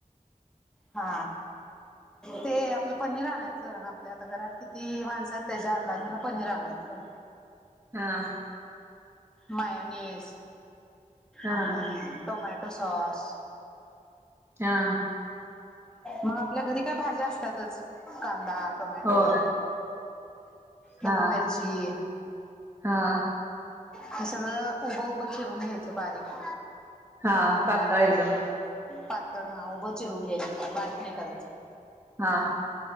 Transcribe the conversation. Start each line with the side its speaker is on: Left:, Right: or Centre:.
Centre: हा ते आपलं पनीर आणायचं आपल्या आता घरात किती माणसात त्याच्या अंदाजाने पणीर आणायचं.
Right: हा.
Centre: मायोनिस
Right: हा
Centre: आणि टोमॅटो सॉस
Right: हा.
Centre: मग आपल्या घरी काय भाज्या असतातच कांदादा टोमॅटो
Right: होय
Centre: लघू
Right: हा
Centre: मिरचीी
Right: हा
Centre: हे सगळं उभं उभं चिरून घ्यायचं बारीक
Right: हा पातळ एकदम
Centre: पातळ हा उभं चिरून घ्यायचं पण बारीक नाही करायचं
Right: हा